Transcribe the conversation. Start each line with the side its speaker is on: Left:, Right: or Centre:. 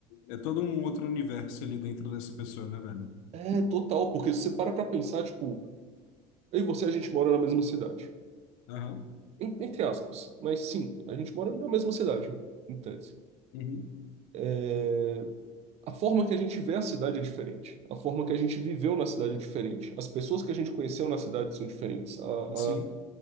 Left: É todo um outro universo ali dentro dessa pessoa, né, velho?
Right: É, total, porque se você para pra pensar, tipo, eu e você, a gente mora na mesma cidade.
Left: Aham.
Right: en- entre aspas, mas sim, a gente mora na mesma cidade, em tese.
Left: Uhum.
Right: É, A forma que a gente vê a cidade é diferente, a forma que a gente viveu na cidade é diferente, as pessoas que a gente conheceu na cidade são diferentes, a,
Left: Sim.
Right: a-